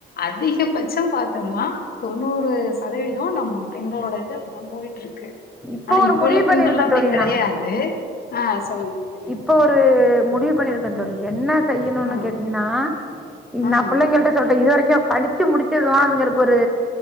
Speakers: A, on the left; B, in the centre.
A: அதிகபட்சம் பார்த்தோம்னா தொண்ணூறு சதவீதம் நம்ம பெண்களோட இது அப்பதான் போயிட்டு இருக்கு
B: இப்ப
A: ஆனா
B: ஒரு
A: இப்போ
B: முடிவு
A: உள்ள பெண்களல்லாம்
B: பண்ணிருக்கேன் தோழி
A: கிடையாது
B: நான்
A: ஆஹ் சொல்லுங்க தோழி
B: இப்ப ஒரு முடிவு பண்ணிருக்கேன் தோலி என்ன செய்யணும்ன்னனு
A: ஆஹ்
B: கேட்டீங்கன்னா இ
A: ஆஹ்
B: நான் பிள்ளைங்களிட்ட சொல்றேன் இது வரைக்கும் படிச்சு முடிச்சதுவாங்கிறது ஒரு